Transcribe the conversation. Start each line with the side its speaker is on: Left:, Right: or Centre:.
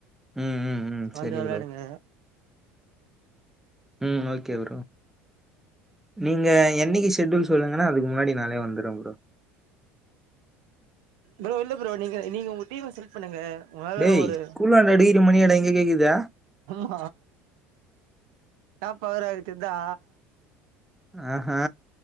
Centre: ம் ம் ம்
Right: வந்து
Centre: சேரி
Right: வெளாடுங்க
Centre: ப்ரோ ம் ஓகே ப்ரோ நீங்க என்னிக்கி ஷெட்யூல் சொல்லுங்க நா அதுக்கு முன்னாடி நாளே வந்துருவே ப்ரோ
Right: ப்ரோ இல்ல ப்ரோ நீங்க நீங்க உங்க டீம் செலக்ட் பண்ணுங்க உங்களால
Centre: டேய்
Right: ஒரு
Centre: ஸ்கூல்லாண்ட அடிக்கிற மணியா டா இங்க கேக்குது
Right: ஆ என்னா பவரா இருக்கு தெரிதா
Centre: ஆஹா